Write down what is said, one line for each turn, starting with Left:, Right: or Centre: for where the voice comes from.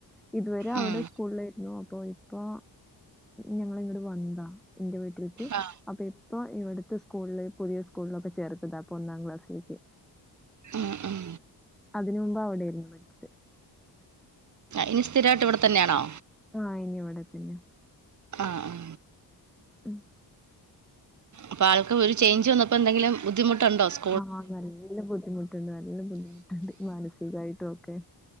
Centre: ഇതുവരെ അവിടെ
Right: ഉം.
Centre: സ്കൂളിലെരുന്നു ഇപ്പൊ ഞങ്ങള് ഇങ്ങട് വന്നതാ ന്റെ വീട്ടിൽക്ക്
Right: ആ,
Centre: അപ്പൊ ഇപ്പൊ ഇവിടുത്തെസ് സ്കൂളില് പുതിയ സ്കൂളിലൊക്കെ ചേർത്തത അപ്പൊ ഒന്നാം ക്ലാസിലേക്ക്
Right: ഉം ഉം
Centre: അതിന് മുമ്പ് അവിടായിരുന്നു പഠിച്ചത്
Right: ഇനി സ്ഥിരായിട്ട് ഇവിടെ തന്നെയാണോ
Centre: ആഹ് ഇനി ഇവിടെത്തന്നാ
Right: ആഹ്
Centre: ഉം
Right: പ്പ ആൾക്ക് ഒരു ചേയ്ഞ്ച് വന്നപ്പോ എന്തെങ്കിലും ബുദ്ധിമുട്ടുണ്ടോ സ്
Centre: ആഹ് നല്ല ബുദ്ധിമുട്ട്ണ്ട് നല്ല ബുദ്ധിമുട്ട്ണ്ട് മാനസികായിട്ടൊക്കെ